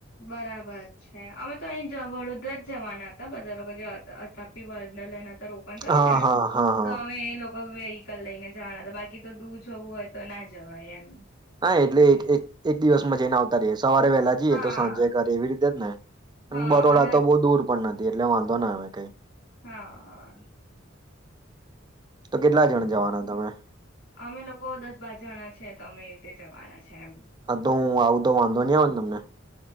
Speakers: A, on the left; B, on the right.
A: બરાબર છે અમે તો અહીં જ વડોદરા જ જવાના હતા બધા લોકો જે અત અતાપી વર્ડલેન્ડ હ ઓપન થયું
B: હા
A: છે ને
B: હા હા હા
A: તો અમે એ લોકો <unintelligible> હીકલ લઈને જવાના હતા બાકી તો દૂર જવું હોય તો ના જવાય એમ.
B: હા એટલે એક એક એક દિવસમાં જઈને આવતા રઈએ શ સવારે વહેલા જઈએ
A: હા
B: તો સાંજે કરે એવી રીતે જ ને?
A: હા
B: બરોડા
A: અને
B: તો બહુ દૂર પણ ન થી એટલે વાંધો ના આવે કઈ.
A: હા.
B: તો કેટલા જણ જવાના તમે
A: અમે લોકો દસ બાર જણા છે તો અમે તે જવાના છે એમ.
B: હા તો હું આવું તો વાંધો નઈ આવે ને તમને?